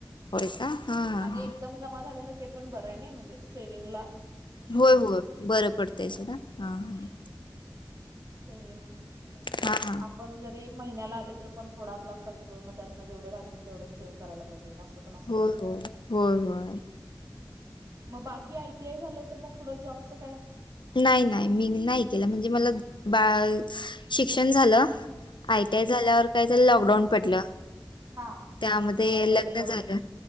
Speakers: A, on the left; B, on the right.
A: होय का? हा हा
B: आणि
A: हा
B: एकदम जमा झाले ते पण बर आहे नाही म्हणजे सेविंगला.
A: होय होय बर पडतय सुद्धा हा. हा
B: हम्म सेविंग
A: हा हा
B: आपण जरी महिन्याला आले तरी पण थोडा आपला खर्च मग त्यातन जेवढे राहतील. तेवढे सेव्ह करायला पाहिजेत असं. पण असतंय
A: होय होय होय होय.
B: मग बाकी आय टी आय झालय तर मग पुढं जॉबच काय?
A: नाही नाही मी नाही केला म्हणजे मला बाळ शिक्षण झाल.
B: हम्म
A: आय टीया झाल्यावर काय झालं लॉकडाऊन पडल.
B: हा
A: त्यामध्ये
B: दोन हजार
A: लग्न
B: एकोणीस
A: झाल.